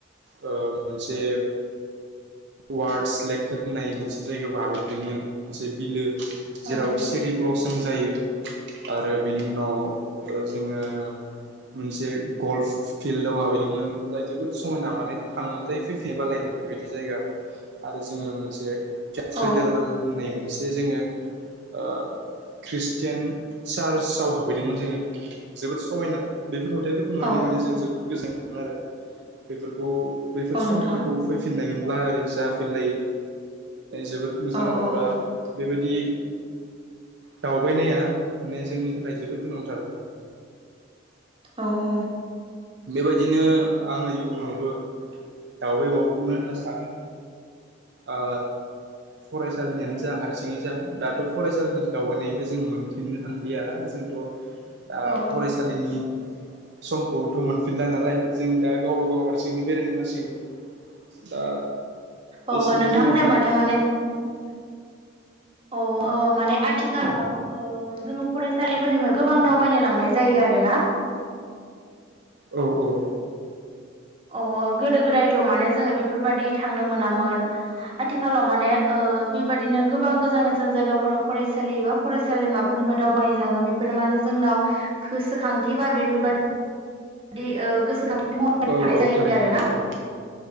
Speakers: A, on the right (about 60°); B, on the right (about 30°).
A: मोनसे वार्डस लेक होननाय मोनसे जायगायाव हाबहै दोंमोन मोनसे बिलो। जेराव
B: औ
A: सेरि ब्लसोम जायो आरो बेनि उनाव। जोङो। मोनसे गल्फ फिल्डआव हाबैदोंमोन जाय जोबोद समायना माने थाङोबथाय फैफिनो बालायनाय। बिदि जायगा आरो जोङो मोनसे।
B: औ
A: बाथौपुरि होननाय मोनसे जोंङो बाथौ मन्दिर मन्दिराव हाबहैदोंमोन जोंङो जोबोद समायना बेफोर नुथायफोरखौ नुना
B: औ
A: माने जोङो जोबोद गोजोननाय मोन्दों आरो बेफोरखौ बेफोर
B: औ नोंथां
A: समफोरखौ फैफिननाय मोनब्ला ओरै जा लायो जबोर मोजां
B: औ
A: आरो
B: औ
A: बा बेबाय बिदि दावबायनाया माने जोंनि थाखाय जोबोर गोनांथार
B: औ औ
A: बेबायदिनो आङो इयुनावबो दावबायबावगोननो होनना सानो ओ फरायसालिनियानो जा हारसिं जा दाथ' फरायसालिनि दावबायनायखौ जों मोनफिननो थांलिया जोंथ' दा
B: औ
A: फरायसालिनि समखौथ' मोनफिनला नालाय जों दा गावबा गाव हारसिंनो बेरायनो नांसिगोन दा
B: औ
A: एसेनोसै
B: नोंथांमोननाय
A: नोंथां
B: बादिनो माने अ माने आथिखालाव ओ जोङो फरायसालिफोरनिफ्राय गोबां दावबायनो लांनाय जायो आरोना
A: औ औ
B: अ गोदो गोदायथ' माने जोङो बेफोरबायाददि थांनो मोनामोन आथिखालाव माने बेबायदिनो गोबां गोजान गोजान जायगाफोराव फरायसालि एबा फरायसालि माबाफोरनिफ्राय दावबायनो लांङो बेफोरो मा माने जोंनाव गोसोखांथि बा बेफोरबायदि गोसोखांथि महरै थानाय
A: औ औ
B: जायो
A: थारैनो
B: आरो
A: नोंथां
B: ना
A: औ